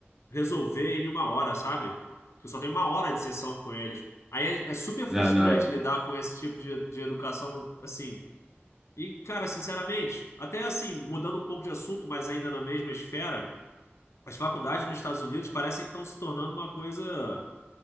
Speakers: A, on the left; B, in the centre.
A: resolver em uma hora, sabe? Eu só tenho uma hora de sessão com eles. Aí é, é super frustrante
B: não, não é.
A: lidar com esse tipo de, de educação assim. E, cara, sinceramente, até assim, mudando um pouco de assunto, mas ainda na mesma esfera, as faculdades nos Estados Unidos parecem que estão se tornando uma coisa.